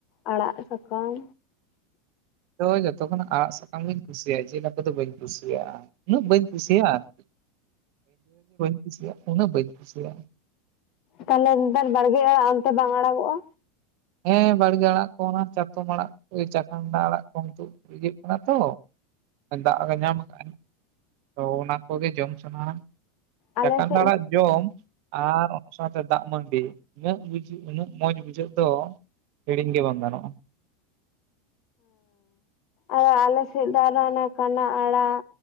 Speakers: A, on the left; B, on the right.
A: ᱟᱲᱟᱜ ᱥᱟᱠᱟᱢ
B: ᱫᱚ ᱡᱚᱛᱚ ᱠᱷᱚᱱᱟᱜ ᱟᱲᱟᱜ ᱥᱟᱠᱟᱢ ᱜᱤᱧ ᱠᱩᱥᱤᱭᱟᱜᱼᱟ ᱡᱤᱞ ᱦᱟᱹᱠᱩ ᱫᱚ ᱵᱟᱹᱧ ᱠᱩᱥᱤᱭᱟᱜᱼᱟ᱾ ᱩᱱᱟᱹᱜ ᱵᱟᱹᱧ ᱠᱩᱥᱤᱭᱟᱜᱼᱟ <unintelligible> ᱩᱱᱟᱹᱜ ᱵᱟᱹᱧ ᱠᱩᱥᱤᱭᱟᱜᱼᱟ᱾
A: ᱛᱟᱦᱞᱮ ᱱᱮᱛᱟᱨ ᱵᱟᱲᱜᱮ ᱟᱲᱟᱜ ᱚᱱᱛᱮ ᱵᱟᱝ ᱟᱲᱟᱜᱚᱜᱼᱟ?
B: ᱦᱮᱸ ᱵᱟᱲᱜᱮ ᱟᱲᱟᱜ ᱠᱚ ᱚᱱᱟ ᱪᱟᱛᱚᱢ ᱟᱲᱟᱜ ᱪᱟᱠᱟᱢᱟᱰᱟ ᱟᱲᱟᱜ ᱠᱚ <unintelligible> ᱠᱟᱱᱟ ᱛᱚ ᱫᱟᱜᱽ ᱜᱮ ᱧᱟᱢ ᱠᱟᱜᱼᱟᱭ ᱛᱚ ᱚᱱᱟ ᱠᱚᱜᱮ ᱡᱚᱢ ᱥᱟᱱᱟᱦᱟ᱾
A: ᱟᱞᱮ
B: <unintelligible>
A: ᱥᱮᱫ
B: ᱟᱲᱟᱜ ᱡᱚᱢ ᱟᱨ ᱚᱱᱟ ᱥᱟᱶᱛᱮ ᱫᱟᱜᱽ ᱢᱟᱹᱰᱤ ᱩᱱᱟᱹᱜ ᱵᱩᱡᱷ ᱩᱱᱟᱹᱜ ᱢᱚᱸᱡᱽ ᱵᱩᱡᱷᱟᱹᱜ ᱫᱚ ᱦᱤᱲᱤᱧ ᱜᱮ ᱵᱟᱝ ᱜᱟᱱᱚᱜᱼᱟ᱾
A: ᱟᱨ ᱟᱞᱮᱥᱮᱫ ᱫᱚ ᱟᱨ ᱠᱟᱱᱟ ᱟᱲᱟᱜ